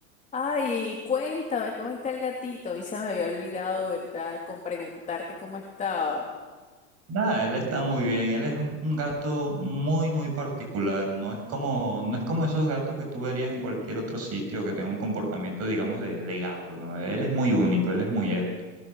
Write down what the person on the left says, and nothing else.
Ay, cuéntame cómo está el gatito. A mí se me había olvidado, ¿verdad? Con preguntarte cómo estaba.